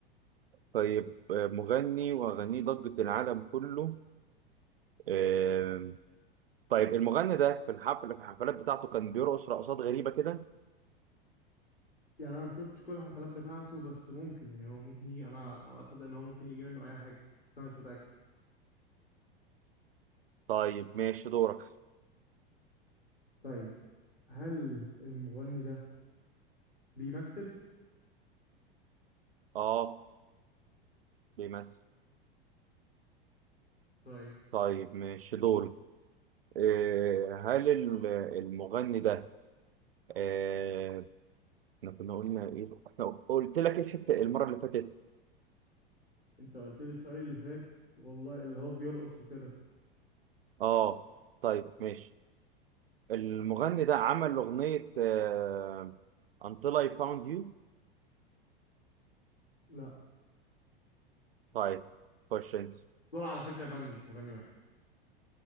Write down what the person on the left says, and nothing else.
يعني أنا مشفتش كل الحفلات بتاعته بس ممكن يعني هو ممكن يجي أنا أنا أصدق إن هو ممكن يجي منه أي حاجة بس أنا مش متأكد
طيب هل المغني ده بيمثل
طيب
انت قلت لي السؤال اللي فات والله اللي هو بيرقص وكده
لا
دول على فكرة باند مش مغني واحد